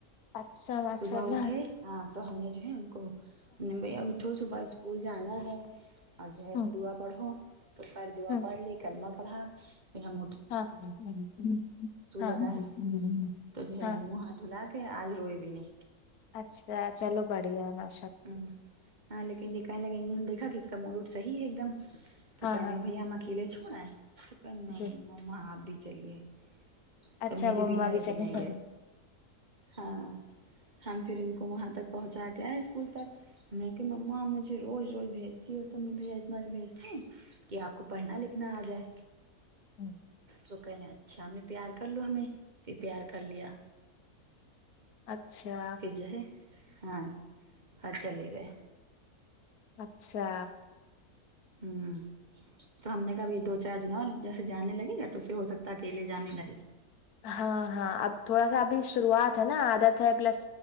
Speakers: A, on the left; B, on the right.
A: اچھا ماشاء
B: صبح
A: اللہ
B: اٹھے ہاں تو ہم نے جو ہے ان کو ہم نے بھیا اٹھ اٹھوں صبح اسکول جانا ہے اگر
A: ہوں
B: دعا پڑھو تو خر دعا
A: ہوں
B: پڑھ لی کلمہ پڑھا پھرہم
A: ہاں جی ہاں
B: لگا
A: جی
B: ہے تو جو ہے
A: ہاں
B: منہ ہاتھ دھلا کے آج روئے بھی نہیں
A: اچھا چلو بڑھیا میں
B: ہ ہاں لیکن یہ کہنے لگے انوں نے دیکھا کہ اس کا مڈوٹ صحیح ہے ایک دم تو
A: ہاں
B: کہنے
A: ہاں
B: لگ بھیا ہم اکیلے چھوڑے ہیں تو کہیں نہیں
A: جی
B: ماں آپ بھی چلیے
A: اچھا
B: تو میرے
A: مما
B: بنا لیکن
A: بھی چلے
B: نہیں
A: تھے
B: گئے ہاں ہم پھر ان کو وہاں تک پہنچا کے آئے اسکول تک لیکن مما مجھے روز روز بھیجتی ہو تم نے بھیجتے کہ آپ کو پڑھنا لکھنا آ جائے
A: امم
B: تو کہہ لیں اچھا ہم نے پیار کر لو ہمیں پھر پیار کر لیا
A: اچھا
B: پھر جو ہے ہاں اور چلے گئے
A: اچھا
B: ہوں تو ہم نے کابھی دو چار دن اور جیسے جانے لگے گا تو پھر ہو سکتا ہے اکیلے جانے لگے
A: ہاں ہاں اب تھوڑا سا ابھی شروعات ہے نا عادت ہے پلس